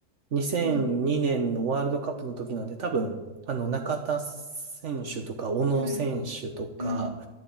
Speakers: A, on the right; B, on the right.
A: 2002年のワールドカップの時なんで、
B: うん、
A: 多分、あの、中田選手とか、小野選手とか、
B: うん、うん。